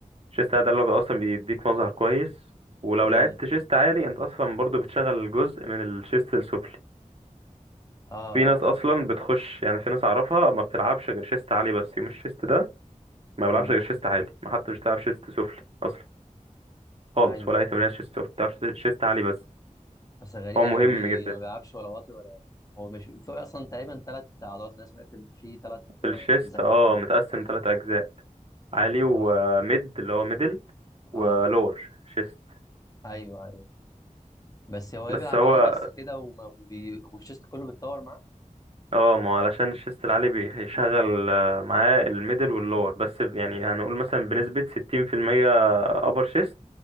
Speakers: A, on the right; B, on the left.
A: الشيست العالي ده اللي هو اصلا بيديك مظهر كويس ولو
B: امم
A: لعبت شيست عالي انت اصلا برضه بتشغل جزء من الشيست السفلي
B: اه
A: في
B: اه
A: ناس اصلا بتخش يعني في ناس اعرفها ما بتلعبش غير شيست عالي بس يوم الشيست ده ما بلعبش
B: امم
A: غير شيست عالي ما حتى مش بتلعب شيست سفلي اصلا خالص
B: ايوه
A: ولا اي تمرين شيست سفلي بتلعب شيست عالي بس
B: بس غريب
A: هو
B: يعني
A: مهم
B: ما, بي...
A: جدا
B: ما بيلعبش ولا واطي ولا هو مش في اصلا تقريبا ثلاث عضلات انا سمعت ان في ثلاث
A: الشيست
B: زق
A: اه متقسم
B: اه صح
A: ثلاث اجزاء عالي
B: اللي
A: وميد
B: هو ال-
A: اللي هو ميدل
B: اه
A: ولور شيست
B: ايوه ايوه بس هو إيه،
A: بس
B: بيلعب
A: هو
B: عالي بس كده وما بي... والشيست كله بيتطور معاه
A: اه ما هو علشان الشيست العالي بيشغل آه، معاه الميدل واللور بس ب- يعني هنقول مثلا بنسبة ستين في المية أبر شيست